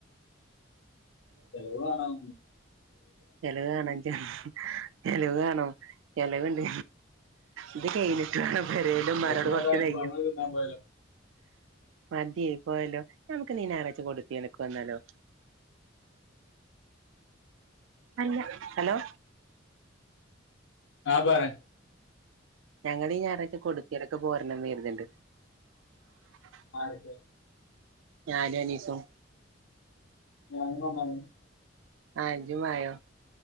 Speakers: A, on the left (about 70°); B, on the right (about 75°).
A: ചെലവാണം
B: ചെലവാണം ചെ ചെലവ് വാണം ചെലവ്ണ്ട് ഇത് കെയ്ഞ്ഞിട്ട് പെരേല്മ്മാനോട്
A: ചെലവ്
B: കൊർച്ച്
A: ഒരൽഫാമ്
B: കയ്ഞ്ഞോ
A: തിന്നാൻ പോയാലോ
B: മത്യെ പോയലാ ഞമക്ക്ന്ന ഈ ഞായറായ്ച്ച കൊടുത്ത്യല ക്ക് വന്നാലോ അല്ല ഹലോ
A: ആഹ് പറെ
B: ഞങ്ങളീ ഞാറായ്ച കൊടുക്കേലൊക്കെ പോരണം വി <unintelligible>
A: ആരക്കെ
B: ഞാനും അനീസും
A: ഞാനും പോന്നാലോ
B: ആ ഇജും വായോ